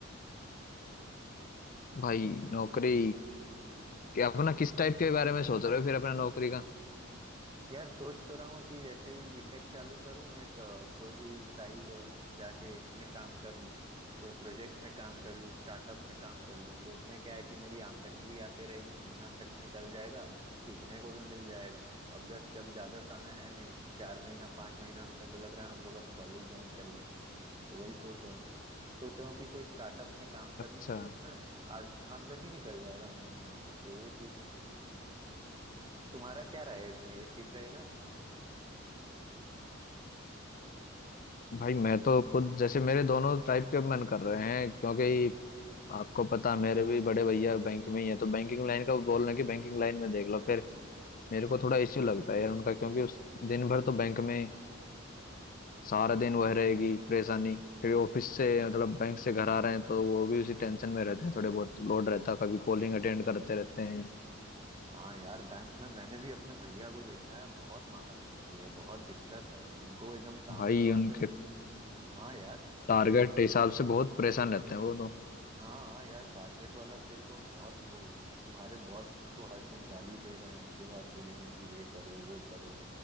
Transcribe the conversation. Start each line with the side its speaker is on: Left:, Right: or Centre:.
Left: भाई नौकरी कि अपना किस टाइप के बारे में सोच रहे हो फिर अपना नौकरी का
Right: यार सोच तो रहा हूँ कि जैसे ही बीटेक चालू करूँ एक अ, कोई भी साइड जाके इसमें काम कर लूँ कोई प्रोजेक्ट में काम कर लूँ स्टार्टअप में काम कर लूँ तो उसमें क्या है कि मेरी आमदनी भी आती रहेगी महीना खर्च निकल जाएगा सीखने को भी मिल जाएगा अब जस्ट अब ज्यादा समय है नहीं चार महीना पांच महीना मेरे को लग रहा है हम लोग अब कॉलेज ज्वाइन कर लेंगे तो वही सोच रहा हूँ सोच रहा हूँ कि कोई स्टार्टअप में काम कर
Left: अच्छा
Right: लूँ तो उसमें आ- आमदनी निकल जाएगा मैं मानसिक तो वो चीज में सोच तुम्हारा क्या राय है इसमें ये ठीक रहेगा
Left: भाई मैं तो खुद जैसे मेरे दोनों टाइप के मन कर रहे हैं क्योंकि आपको पता मेरे भी बड़े भैया बैंक में ही है तो बैंकिंग लाइन का बोल रहे हैं कि बैंकिंग लाइन में देख लो फिर मेरे को थोड़ा इश्यू लगता है यार उनका क्योंकि उस दिन भर तो बैंक में सारा दिन वह रहेगी परेशानी फिर ऑफिस से मतलब बैंक से घर आ रहे हैं तो वो भी उसी टेंशन में रहते हैं थोड़े बहुत लोड रहता है कभी कॉलिंग अटेंड करते रहते हैं
Right: हाँ यार बैंक में मैंने भी अपने भैया को देखा है बहुत माथापच्ची है बहुत दिक्कत है उनको एकदम काम
Left: भाई
Right: करवाते
Left: उनके
Right: हैं हाँ यार
Left: टारगेट
Right: कभी कभी
Left: के हिसाब से बहुत परेशान रहते हैं वो तो।
Right: हाँ हाँ यार टारगेट वाला खेल तो बहुत वो तुम्हारे बॉस तुमको हर दिन गाली दे रहे हैं उसके बाद बोलेंगे कि ये करो वो करो